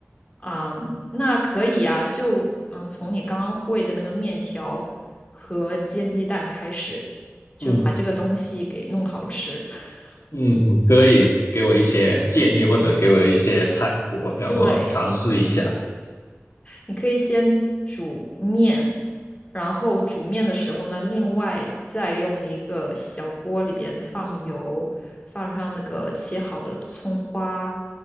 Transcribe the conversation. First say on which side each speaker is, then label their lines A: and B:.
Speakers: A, on the left (about 25°); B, on the left (about 75°).
A: 嗯，那可以呀，就嗯，从你刚刚会的那个面条和煎鸡蛋开始，就把这个东西给弄好吃。
B: 嗯
A: <laughs>
B: 嗯，可以给我一些建议或者给我一些菜谱，让我尝试一下。
A: 对，你可以先煮面，然后煮面的时候呢，另外再用一个小锅里边放油，放上那个切好的葱花，